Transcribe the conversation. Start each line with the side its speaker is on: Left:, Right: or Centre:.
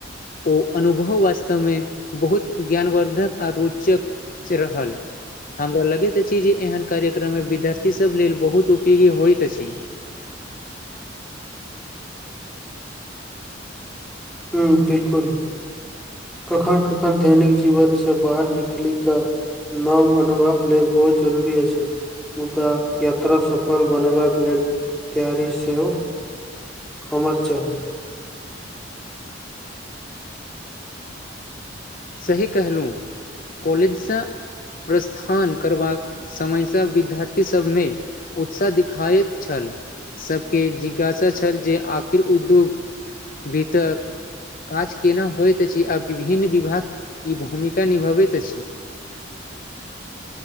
Left: ओ अनुभव वास्तव मे बहुत ज्ञानवर्द्धक आ रोचक क रहल हमरा लगैत अछि जे एहन कार्यक्रम मे विद्यार्थी सब लेल बहुत उपयोगी होयइत अछि
Centre: हँ बिलकुल कखन कखन दैनिक जीवनसँ बाहर निकली तऽ नव अनुभव ले बहुत जरूरी अछि <unintelligible> यात्रा सफल बनेबाका लेल तैयारी सेहो होमक चाही
Left: सही कहलहुँ कॉलेजस प्रस्थान करबाक समयसँ विद्यार्थीसभमे उत्साह दिखाइत छल सबके जिज्ञासा छल जे आखिर उद्योग बितक काज केना होइत अछि आ विभिन्न विभाग कि भूमिका निभबैत अछि